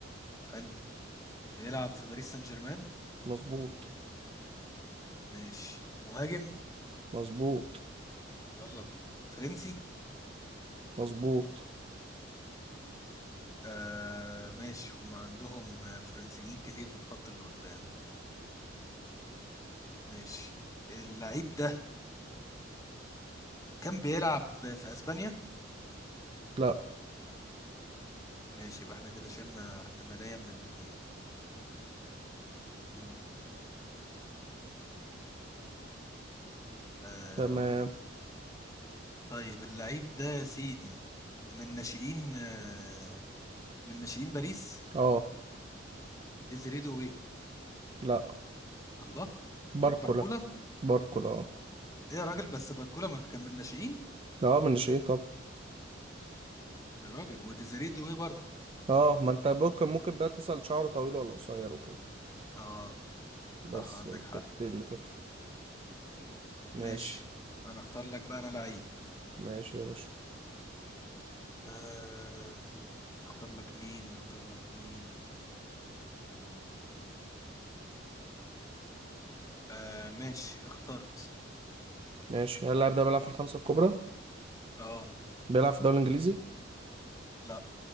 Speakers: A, on the left; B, on the right.
A: طب حلو بيلعب في باريس سان جيرمان
B: مظبوط
A: ماشي مهاجم
B: مظبوط
A: الله الله فرنسي
B: مظبوط
A: آه ماشي هم عندهم آه، فرنسيين كتير في الخط اللي قدام ماشي اللعيب ده كان بيلعب في في اسبانيا
B: لا
A: ماشي يبقى احنا كده شلنا احتمالية من الاتنين مم. آه
B: تمام
A: اقول لك طيب اللعيب ده يا سيدي من ناشئين آه من ناشئين باريس
B: اه
A: ديزيري دوي
B: لا
A: الله امال
B: باركولا
A: باركولا
B: باركولا اه
A: ايه يا راجل بس باركولا ما كان من ناشئين
B: لا من شيء طب
A: يا راجل وديزيري دوي برضه
B: اه آه، ما انت ممكن ممكن بقى تسأل شعره طويل ولا قصير وكده
A: اه
B: بس
A: صح عندك
B: آه،
A: حق
B: كانت دي اللي تفرق ماشي
A: ماشي انا اختار لك بقى انا لعيب
B: ماشي يا باشا
A: آه، اختار لك مين اختار لك مين مم. آه ماشي اخترت
B: ماشي هل اللاعب ده بيلعب في الخمسة الكبرى
A: اه
B: بيلعب في الدوري الإنجليزي
A: لا